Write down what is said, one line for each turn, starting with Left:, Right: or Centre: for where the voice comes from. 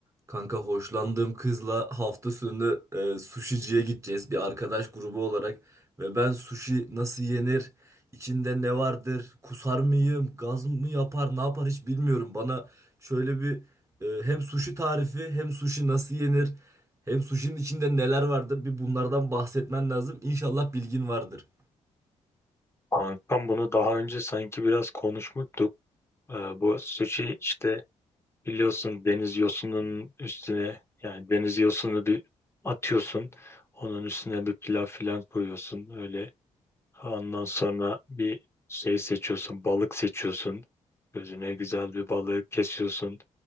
Right: Kanka hoşlandığım kızla hafta sonu e, sushi'ciye gideceğiz bir arkadaş grubu olarak ve ben sushi nasıl yenir, içinde ne vardır, kusar mıyım, gaz mı yapar, ne yapar hiç bilmiyorum. Bana şöyle bir e, hem sushi tarifi, hem sushi nasıl yenir, hem sushi'nin içinde neler vardır bir bunlardan bahsetmen lazım. İnşallah bilgin vardır.
Left: Kankam bunu daha önce sanki biraz konuşmuştuk. Ee, bu sushi işte biliyorsun deniz yosunun üstüne yani deniz yosunu bir atıyorsun. Onun üstüne bir pilav filan koyuyorsun öyle. Ondan sonra bir şey seçiyorsun, balık seçiyorsun. Gözüne güzel bir balığı kesiyorsun.